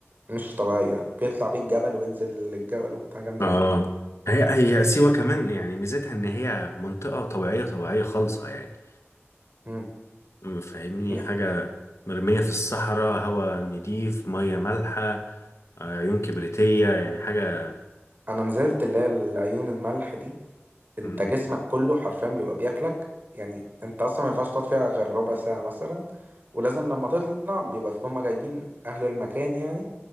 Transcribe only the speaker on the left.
اه
هي هي سيوة كمان يعني ميزتها ان هي منطقة طبيعية طبيعية خالصة يعني
م- فاهمني
حاجة مرمية في الصحراء هواء نضيف مية مالحة آه، عيون كبريتية يعني حاجة
م،